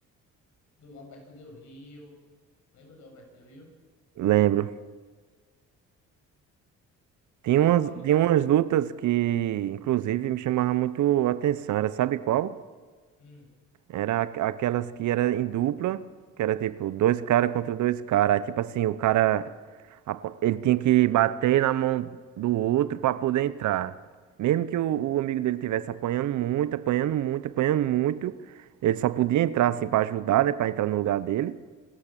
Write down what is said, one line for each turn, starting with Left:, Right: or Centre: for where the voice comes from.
Left: do Alberto Del Rio. Lembra do Alberto Del Rio?
Right: Lembro. Tinha
Left: Mas
Right: umas,
Left: qual
Right: tinha
Left: lutar?
Right: umas lutas que, inclusive, me chamavam muito a atenção. Era, sabe qual?
Left: Hum,
Right: Era aqu- aquelas que era em dupla, que era tipo dois caras contra dois caras. Aí, Tipo assim, o cara apo- ele tinha que bater na mão do outro pra poder entrar. Mesmo que o, o amigo dele tivesse apanhando muito, apanhando muito, apanhando muito, ele só podia entrar assim pra ajudar, né, Pra entrar no lugar dele.